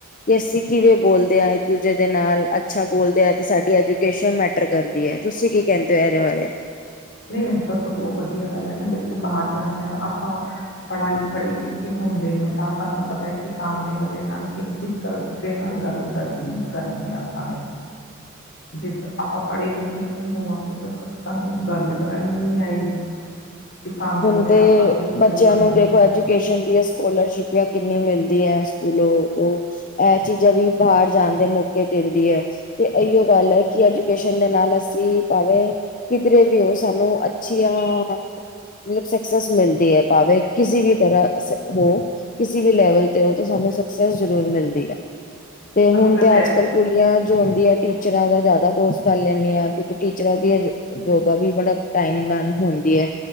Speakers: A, on the left (about 40°); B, on the left (about 60°).
A: ਕਿ ਅਸੀਂ ਕਿਵੇਂ ਬੋਲਦੇ ਹਾਂ ਇੱਕ ਦੂਜੇ ਦੇ ਨਾਲ, ਅੱਛਾ ਬੋਲਦੇ ਹ ਤੇ ਸਾਡੀ ਐਜੂਕੇਸ਼ਨ ਮੈਟਰ ਕਰਦੀ ਹੈ, ਤੁਸੀਂ ਕੀ ਕਹਿੰਦੇ ਹੋ ਇਹਦੇ ਬਾਰੇ
B: ਨਹੀਂ ਇਹ ਤਾਂ ਸਗੋਂ ਵਧੀਆ ਗੱਲ ਨਾ ਦੇਖੋ ਬਾਹਰ ਜਾਂਦੇ ਹਾਂ ਆਪਾਂ ਪੜ੍ਹਾ ਪੜ੍ਹੇ ਲਿਖੇ ਹੁੰਦੇ ਨੇ ਤਾਂ ਸਾਨੂੰ ਪਤਾ ਹੈ ਕਿ ਸਾਹਮਣੇ ਵਾਲੇ ਨਾਲ ਕਿਸ ਤਰ੍ਹਾਂ ਦੇ ਨਾਲ ਗੱਲ ਕਰਦੀ ਕਰਨੀ ਆ ਆਪਾਂ ਨੇ ਜੇ ਆਪਾਂ ਪੜ੍ਹੇ ਲਿਖੇ ਨਹੀਂ ਹੋਵਾਂਗੇ, ਤਾਂ ਸਾਨੂੰ ਗੱਲ ਕਰਨੀ ਨਹੀਂ ਆਏਗੀ ਕਿ ਸਾਹਮਣੇ
A: ਹੁਣ
B: ਵਾਲੇ
A: ਤੇ
B: ਆਪਾਂ ਕਿਸ
A: ਬੱਚਿਆਂ
B: ਤਰੀਕੇ
A: ਨੂੰ
B: ਨਾਲ
A: ਦੇਖੋ, ਐਜੂਕੇਸ਼ਨ ਦੀ ਸਕੋਲਰਸ਼ਿਪ ਕਿੰਨੀ ਮਿਲਦੀ ਹੈ ਸਕੂਲੋਂ, ਤੋਂ ਇਹ ਚੀਜ਼ਾਂ ਵੀ ਬਾਹਰ ਜਾਣ ਦੇ ਮੌਕੇ ਦਿੰਦੀ ਹੈ, ਤੇ ਇਹੀੋ ਗੱਲ ਹੈ ਕਿ ਐਜੂਕੇਸ਼ਨ ਦੇ ਨਾਲ ਅਸੀ ਕੀ ਭਾਵੇਂ ਕਿਧਰੇ ਵੀ ਹੋ ਸਾਨੂੰ ਅੱਛੀਆਂ- <inaudible> ਮਤਲਬ ਸਕਸੈਸ ਮਿਲਦੀ ਹੈ, ਭਾਵੇ ਕਿਸੇ ਵੀ ਤਰ੍ਹਾਂ ਹੋ ਕਿਸੇ ਵੀ ਲੈਵਲ ਤੇ ਹੋ ਸਾਨੂੰ ਸਕਸੈਸ ਜ਼ਰੂਰ ਮਿਲਦੀ ਹੈ ਤੇ ਹੁਣ
B: ਕੱਲ੍ਹ
A: ਤੇ ਅੱਜ
B: ਹੈ
A: ਕਲ ਕੁੜੀਆਂ ਜੋਉਂਦੀਆਂ ਟੀਚ <unintelligible> <inaudible> ਜ਼ਿਆਦਾ ਕੋਰਸ ਕਰ ਲੈਂਨੇਂ ਆ ਕਿਉਂਕਿ ਟੀਚਰਾਂ ਦੀਆਂ ਜੋਬਾਂ ਵੀ ਬੜਾ ਟਾਇਮ ਨਾਲ ਹੁੰਦੀ ਐ।